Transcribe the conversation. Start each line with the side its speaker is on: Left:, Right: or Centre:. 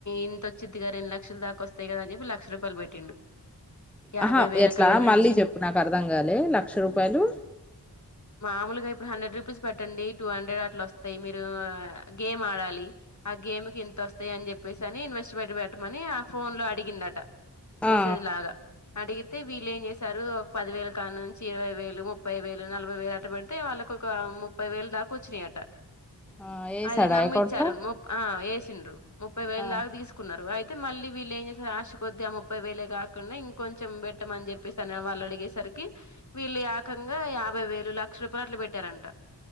Left: ఇంతొచ్చి ద్దిగా రెం లక్షల దాకా వస్తాయి కదా అన్ చెప్ప లక్ష రూపాయలు పెట్టిండు యాభై
Centre: ఆహా
Left: వేల
Centre: ఎట్లా
Left: కానుంచి
Centre: మళ్ళీ చెప్పు నాకు అర్ధం కాలే లక్ష రూపాయలు
Left: మామూలుగా ఇప్పుడు హండ్రెడ్ రూపీస్ పెట్టండి టూ హండ్రెడ్ అట్లా వస్తాయి మీరు గేమ్ ఆడాలి ఆ గేమ్ క ఎంత వస్తాయి అని చెప్పేసి అని ఇన్వెస్ట్మెంట్ పెట్టమని ఆ ఫోన్ లో అడిగిందట మెసేజల్గా
Centre: ఆ
Left: అడిగితే వీళ్లేే ఎం చేేసి త్తరు ఒక పది వేలు కా నుంచి ఇరవై వేలు ముప్పై వేలు నలభై వేలు అట పెడితే వాళ్ళకోక ముప్పై వేలు దాకోచినాయట
Centre: ఆ ఏసాడా
Left: అది నమ్మిచారు
Centre: అకౌంట్ లో
Left: ఇచ్చిండ్రు ముప్పై వేలు
Centre: ఆ
Left: దాకా తీసుకున్నారు అయితే అయితే మళ్ళీ వెళ్ళేంచేశారు ఆశ కొద్ది ఆ ముప్పై వేలే కాకుండా ఇంకొంచెం పెట్టమని చెప్పేసి అని వాళ్ళు అడిగేసరికి వీళ్ళు ఏకంగా యాభై వేలు లక్షల రూపాయలు అట్ల పెట్టారంట